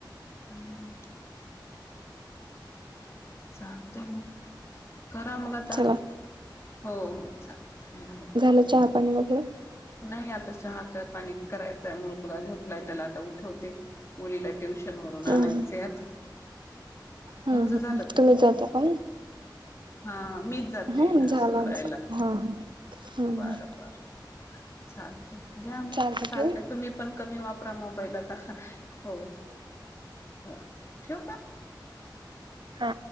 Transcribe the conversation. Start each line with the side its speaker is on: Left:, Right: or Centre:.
Left: हम्म. सांगते मग खरा मग आता
Right: चला
Left: हो हो
Right: झालं चहा पाणी वगैरे
Left: नाही आता हात पाणी करायचाय मुलगा झोपलाय त्याला आता उठवते. मुलीला ट्युशन वरून
Right: हम्म
Left: आणायचं
Right: हम्म
Left: आता
Right: हम्म
Left: तज झालं.
Right: हम्म
Left: का?
Right: तुम्ही जाता का?
Left: हा मीच जाते
Right: हम्म
Left: ना
Right: झालं
Left: सोडायला
Right: आमचं हा हा हम्म
Left: बर
Right: हम्म
Left: बर. चालत घ्या मग
Right: चालतंय
Left: चालतय
Right: ठेवू
Left: तुम्ही पण कमी वापरा मोबाईल आता हो ठीऊ का?
Right: ह.